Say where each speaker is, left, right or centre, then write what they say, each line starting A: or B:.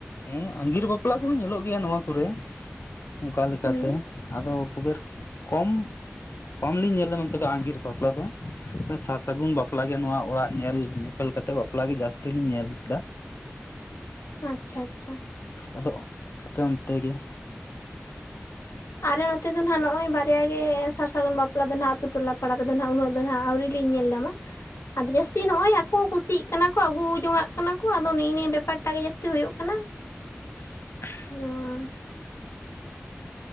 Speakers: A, on the left (about 65°); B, on the left (about 85°).
A: ᱦᱮᱸ ᱟᱸᱜᱤᱨ ᱵᱟᱯᱞᱟ ᱠᱚᱦᱚᱸ ᱧᱮᱞᱚᱜ ᱜᱮᱭᱟ ᱱᱚᱣᱟ ᱠᱚᱨᱮ ᱚᱱᱠᱟ ᱞᱮᱠᱟᱛᱮ
B: ᱦᱩᱸ
A: ᱾ ᱟᱫᱚ ᱠᱷᱩᱵᱮᱨ ᱠᱚᱢ ᱠᱚᱢ ᱞᱤᱧ ᱧᱮᱞ ᱮᱫᱟ ᱱᱚᱛᱮ ᱫᱚ ᱟᱸᱜᱤᱨ ᱵᱟᱯᱞᱟ ᱫᱚ ᱥᱟᱨᱼᱥᱟᱹᱜᱩᱱ ᱵᱟᱯᱞᱟ ᱜᱮ ᱱᱚᱣᱟ ᱚᱲᱟᱜ ᱧᱮᱞ ᱧᱮᱯᱮᱞ ᱠᱟᱛᱮ ᱵᱟᱯ ᱵᱟᱯᱞᱟ ᱜᱮ ᱡᱟᱹᱥᱛᱤ ᱞᱤᱧ ᱧᱮᱞ ᱠᱮᱫᱟ ᱾
B: ᱟᱪᱪᱷᱟ ᱟᱪᱪᱷᱟ ᱾
A: ᱟᱫᱚ ᱟᱯᱮ ᱚᱱᱛᱮ ᱜᱮ?
B: ᱟᱞᱮ ᱱᱚᱛᱮ ᱫᱚ ᱱᱟᱦᱟᱜ ᱱᱚᱜ-ᱚᱭ ᱵᱟᱨᱭᱟ ᱜᱮ ᱥᱟᱨᱼᱥᱟᱹᱜᱩᱱ ᱵᱟᱯᱞᱟ ᱫᱚ ᱱᱟᱦᱟᱜ ᱟᱹᱛᱩ ᱴᱚᱞᱟ ᱯᱟᱲᱟ ᱨᱮᱫᱚ ᱱᱟᱦᱜ ᱩᱱᱟᱹᱜ ᱟᱫᱚ ᱱᱟᱦᱜ ᱟᱹᱣᱨᱤ ᱞᱤᱧ ᱧᱮᱞ ᱧᱟᱢᱟ ᱾ ᱟᱨ ᱡᱟᱹᱥᱛᱤ ᱱᱚᱜᱼᱚᱭ ᱟᱠᱚ ᱠᱩᱥᱤᱜ ᱠᱟᱱᱟ ᱠᱚ ᱟᱹᱜᱩ ᱡᱚᱝᱟᱜ ᱠᱟᱱᱟ ᱠᱚ ᱟᱫᱚ ᱱᱮᱜᱼᱮ ᱱᱤᱭᱟᱹ ᱵᱮᱯᱟᱨ ᱴᱟᱜ ᱜᱮ ᱡᱟᱹᱥᱛᱤ ᱦᱩᱭᱩᱜ ᱠᱟᱱᱟ ᱾
A: <unintelligible>
B: <unintelligible>